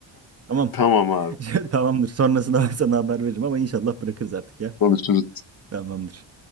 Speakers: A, on the right; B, on the left.
A: Tamam.
B: Tamam abi.
A: <laughs> Tamamdır. Sonrasında ben sana haber veririm ama inşallah bırakırız artık ya.
B: Konuşuruz.
A: Tamamdır.